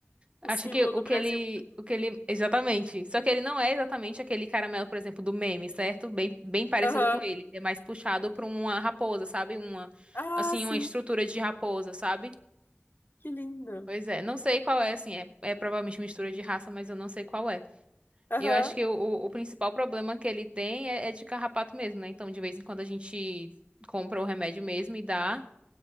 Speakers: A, on the right; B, on the left.
A: acho
B: o símbolo
A: que o
B: do
A: que
B: Brasil.
A: ele, o que ele, exatamente. Só que ele não é exatamente aquele caramelo, por exemplo, do meme, certo? Bem, bem parecido
B: Aham,
A: com ele. Ele é mais puxado pra uma raposa, sabe? Uma,
B: Ah,
A: assim,
B: sim,
A: uma estrutura de raposa, sabe?
B: que lindo.
A: Pois é, não sei qual é, assim, é, é provavelmente mistura de raça, mas eu não sei qual é.
B: Aham,
A: E Eu acho que o, o o principal problema que ele tem é, é de carrapato mesmo, né? Então, de vez em quando a gente compra o remédio mesmo e dá.